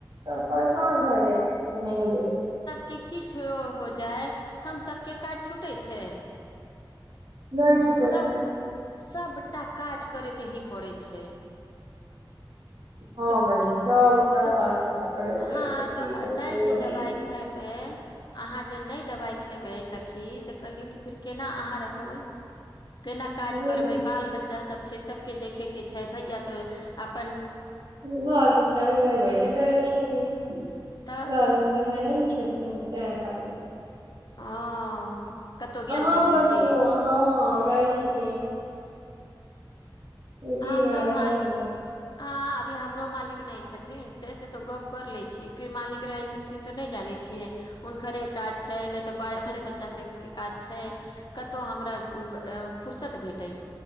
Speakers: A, on the right; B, on the left.
A: तऽ परेशान भए जाइ छै कहींग
B: के किछु हो जाय हम सबके काज छूटे छै
A: नहि छुटे
B: सब
A: छ
B: सबटा काज करे के ही पड़ै छै
A: हँ
B: तऽ
A: बहि त त
B: तऽ
A: कल हमरा पड़े
B: हँ
A: छै की
B: तऽ
A: बताउ
B: नहि जे
A: बहिन
B: दवाइ खेब अहाँ जे नहि दवाइ खयबै सखी से कहियौ कि फेर केना अहाँ रखब केना काज
A: बहिन
B: करबै बाल बच्चा सभ छै सभके देखयके छै भैया तऽ अप
A: भर जिन त देबै न करै छथिन
B: तऽ
A: घरमे रहेने ने छथिन तें खाति
B: हँ कतहु गेल
A: अ
B: छथिन
A: बधबु
B: की
A: हाँ ग छथिन मीटिंग
B: हमरो
A: आर
B: मालिक
A: रहै ने
B: हँ अभी हमरो मालिक नहि छथिन से से तो गप कर ले छी फिर मालिक रहे छ लिन तो नहि जानै छियै हुनकरे काज छै नहि तो बाले बच्चा सबके काज छ कतहु हमरा फुुरसत भेटै